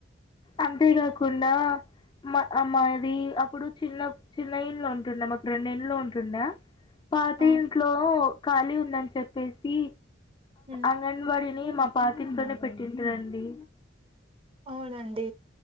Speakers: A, on the left; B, on the right.
A: అంతేకాకుండా మా మా ఇది అప్పుడు చిన్న చిన్న ఇండ్లు ఉంటుండ మాకు రెండు ఇళ్లు ఉంటుండా పాత
B: ఆ
A: ఇంట్లో ఖాళీ ఉందని చెప్పేసి
B: ఉమ్
A: అంగన్వాడిని మా పాతింట్లోనే పెట్టింటారండి.
B: అవునండి